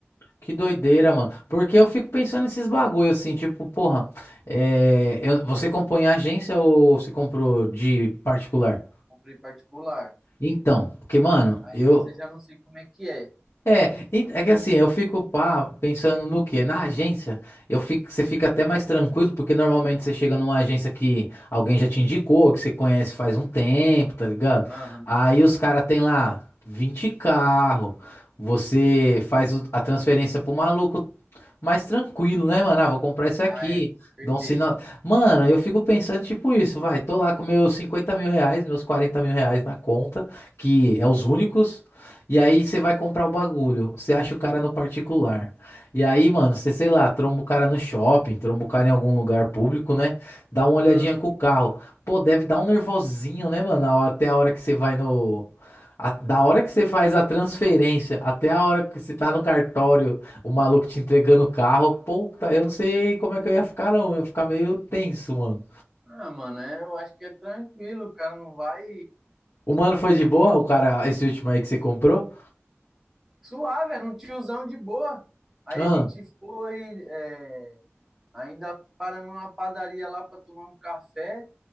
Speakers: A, on the left; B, in the centre.
A: Que doideira, mano. Porque eu fico pensando nesses bagulho assim, tipo, porra, é, eu- você compõe em agência ou você comprou de particular?
B: comprei particular.
A: Então, porque, mano,
B: A agência
A: eu,
B: já não sei como é que é.
A: é, en- é que assim, eu fico pá, pensando no quê? Na agência, eu fico, você fica até mais tranquilo, porque normalmente você chega numa agência que alguém já te indicou, que você conhece faz um tempo, tá ligado?
B: Aham.
A: Aí os caras têm lá 20 carro, você faz o- a transferência pro maluco mais tranquilo, né, mano? Ah, vou comprar esse aqui,
B: Ah, é, com certeza.
A: dou um sinal. Mano, eu fico pensando tipo isso, vai, tô lá com meus 50 mil reais, meus 40 mil reais na conta, que é os únicos. E aí você vai comprar o bagulho, você acha o cara no particular. E aí, mano, você, sei lá, tromba o cara no shopping, tromba o cara em algum lugar público, né? Dá uma olhadinha
B: Aham.
A: com o carro. Pô, deve dar um nervosinho, né, mano? A- Até a hora que você vai no. a- da hora que você faz a transferência até a hora que você tá no cartório, o maluco te entregando o carro. Puta, eu não sei como é que eu ia ficar, não. Eu ia ficar meio tenso, mano.
B: Ah, mano, é, eu acho que é tranquilo, o cara não vai.
A: O mano foi de boa, o cara, esse último aí que você comprou?
B: Suave, era um tiozão de boa. Aí
A: Ah,
B: a gente foi, é, ainda paramos numa padaria lá para tomar um café.